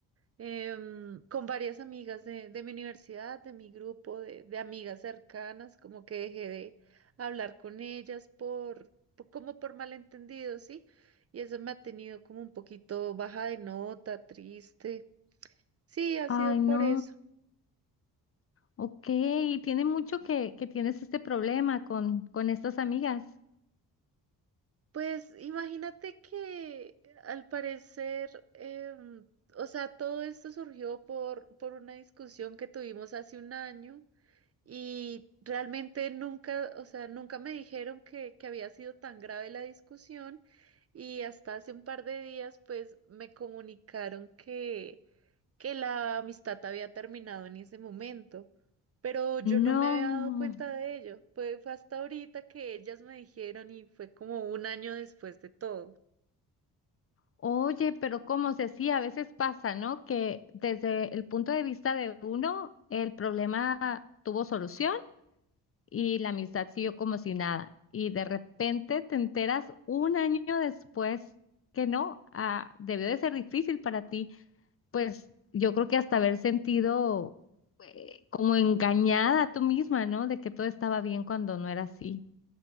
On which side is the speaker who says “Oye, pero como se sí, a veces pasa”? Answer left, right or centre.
Left